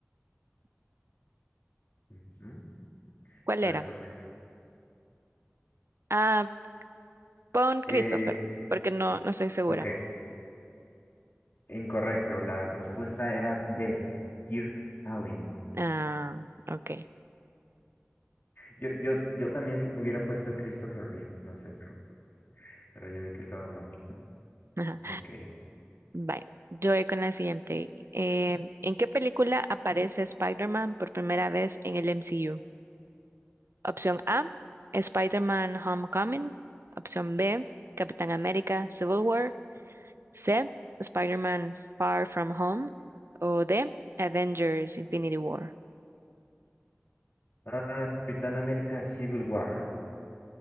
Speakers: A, on the left; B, on the right.
A: Ujú,
B: ¿Cuál
A: ¿Cuál
B: era?
A: escoges?
B: Ah, pon Christopher,
A: Eh,
B: porque no, no estoy segura.
A: ok, incorrecto. La respuesta era B. Kirk Allen.
B: Ah, ok.
A: Yo, yo, yo también hubiera puesto Christopher Reeve, no sé, pero, pero ya vi que estaba mal. <laughs>
B: Ajá.
A: Ok.
B: Bye. Yo voy con la siguiente. Eh, ¿en qué película aparece Spider-Man por primera vez en el MCU? Opción A, Spider-Man Homecoming. Opción B, Capitán América Civil War. C, Spider-Man Far From Home o D, Avengers Infinity War.
A: Ah, Capitán América Civil War.